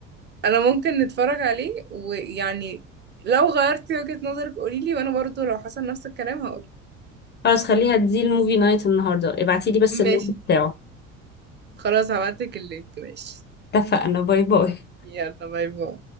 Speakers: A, on the right (about 25°); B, on the left (about 25°).
A: انا ممكن نتفرج عليه ويعني لو غيرتي وجهة نظرك قوليلي وانا برضو لو حصل نفس الكلام هقولك
B: خلاص خليها دي الموفي نايت النهارده ابعتيلي بس اللينك
A: ماشي
B: بتاعه
A: خلاص هبعتلك اللينك ماشي
B: اتفقنا باي باي
A: يلا باي باي